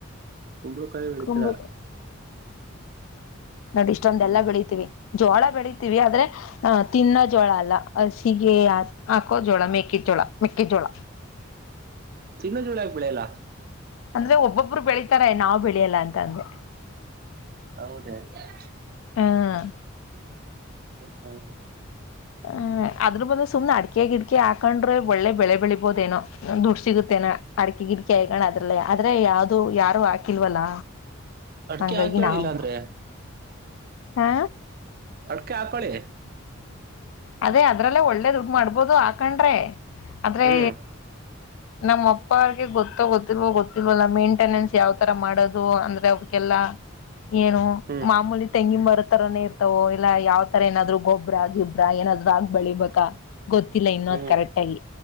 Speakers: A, on the right (about 45°); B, on the left (about 75°).
A: ಕುಂಬಳಕಾಯೂ ಬೆಳಿತೀರಾ.
B: ಕುಂಬಳಕಾಯಿ ನೋಡು ಇಷ್ಟೊಂದೆಲ್ಲಾ
A: ಹ
B: ಬೆಳತೀವಿ ಜೋಳ ಬೆಳೀತೀವಿ ಆದ್ರೆ. ಅ ತಿನ್ನೋ ಜೋಳ ಅಲ್ಲ ಹಸಿಗೆ ಹಾಕೋ ಜೋಳ ಮೆೇಕೆ ಜೋಳ ಮೆಕ್ಕೆಜೋಳ
A: ತಿನ್ನೋ ಜುಳಾ ಯಾಕ್ ಬೆಳೆಯಲ್ಲ
B: ಅಂದ್ರೆ ಒಬ್ಬೊಬ್ಬರು ಬೆಳೀಿತಾರೆ ನಾವು ಬೆಳೆಯಲ್ಲ ಅಂತ ಅಂದೆ
A: ಹೌದಾ ಹ್ಮ
B: ಹ್ಮ್
A: ಹ್ಮ
B: ಹೂ ಅದರ ಬದ್ಲು ಸುಮ್ನೆ ಅಡಿಕೆ ಗಿಡ್ಕಿ ಹಾಕೊಂಡ್ರೆ ಒಳ್ಳೆ ಬೆಳೆ ಬೆಳಿಬೋದೆನೋ ದುಡ್ ಸಿಗುತ್ತೇನಾ ಅಡಕೆ ಗಿಟಕಿ ಹೈಕಣ್ ಅದ್ರಲ್ಲೇ ಆದ್ರೆ ಯಾವ್ದು ಯಾರು ಹಾಕಿಲ್ವಲ್ಲ
A: ಅಡ್ಕೆ
B: ಹಂಗಾಗಿ
A: ಹಾಕೇಳಿಲ್ಲ
B: ನಾವು
A: ಅಂದ್ರೆ
B: ಹಾ
A: ಅಡಕೆ ಆಕೋಳಿ
B: ಅದೇ ಅದ್ರಲ್ಲೇ ಒಳ್ಳೇ ದುಡ್ಡು ಮಾಡ್ಬೋದು ಹಾಕಂಡ್ರೆ ಆದ್ರೇ
A: ಹ್ಮ್
B: ನಮ್ಮ ಅಪ್ಪ ಅವ್ರ್ಗೆ ಗೊತ್ತೋ ಗೊತ್ತಿಲ್ವ ಗೊತ್ತಿಲ್ವಲ್ಲ ಮೇಂಟೆನೆನ್ಸ್ ಯಾವ್ ತರ ಮಾಡೋದು ಅಂದ್ರೆ ಅವ್ರಿಗೆಲ್ಲ ಏನು
A: ಹ್ಮ್
B: ಮಾಮೂಲಿ ತೆಂಗಿನ್ ಮರೋತರಾನೇ ಇರ್ತವೋ ಇಲ್ಲ ಯಾವ್ ತರ ಏನಾದ್ರು ಗೊಬ್ಬ್ರ ಗಿಬ್ಬ ಬ್ರ ಏನಾದ್ರು ಹಾಕ್ ಬೆಳಿಬೇಕಾ ಗೊತ್ತಿಲ್ಲ ಇನ್ನೊ
A: ಹ್ಮ್
B: ಅದ್ ಕರೆಕ್ಟ್ ಆಗಿ